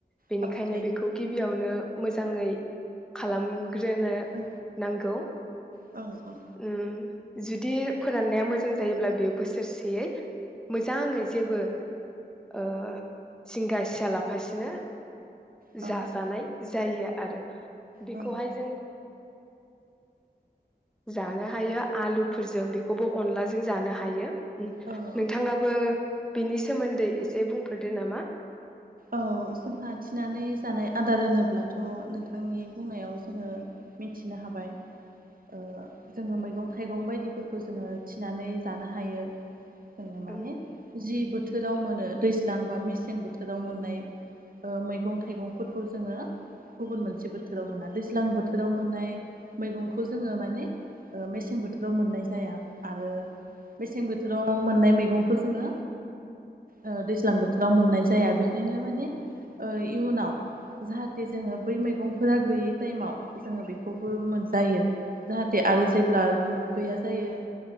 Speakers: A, in the centre; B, on the right (about 55°).
A: बेनिखायनो
B: खाबु थायो।
A: बेखौ गिबियावनो मोजाङै खालाम ग्रोनो
B: औ
A: नांगौ
B: औ औ
A: उम जुदि फोराननाया मोजां जायोब्ला बेयो बोसोरसेयै मोजाङै जेबो ओ जिंगा सिया लाफासिनो
B: औ
A: जाजानाय जायो आरो। बेखौ'हाय
B: औ
A: जानो हायो आलुफोरजों बेखौबो अनलाजों जानो हायो। उम
B: औ
A: नोंथाङाबो बिनि सोमोन्दै एसे बुंफोरदो नामा?
B: औ जोंहा थिनानै जानाय आदार होनोब्लाथ' नोंथांनि बुंनायाव जोङो मिथिनो हाबाय ओ जोङो मैगं थाइगं बायदिफोरखौ जोङो थिनानै जानो हायो। जोङो माने
A: औ
B: जि बो थोराव मोनो दैज्लां बा मेसें बोथो थोराव मोननाय ओ मैगं थाइगंफोरखौ जोङो गुबुन मोनसे बोथोराव मोना दैज्लां बोथोराव मोननाय मैगंखौ जोङो माने ओ मेसें बोथोराव मोननाय जाया। आरो मेसें बोथोराव मोननाय मै गंखौ जोङो ओ दैज्लां बोथोराव मोननाय जाया बेखायनो माने ओ इयुनाव जाहाथे जोङो बै मैगंफोरा गैयै टाइमाव जोङो बेखौबो मोनजायो। जाहाथे आरो जेब्ला जोङो। गैया जायो